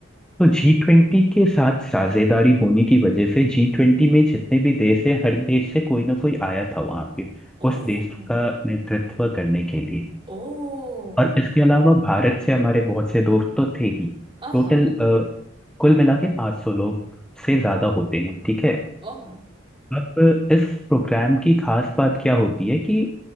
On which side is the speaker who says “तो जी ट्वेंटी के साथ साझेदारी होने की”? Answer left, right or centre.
Centre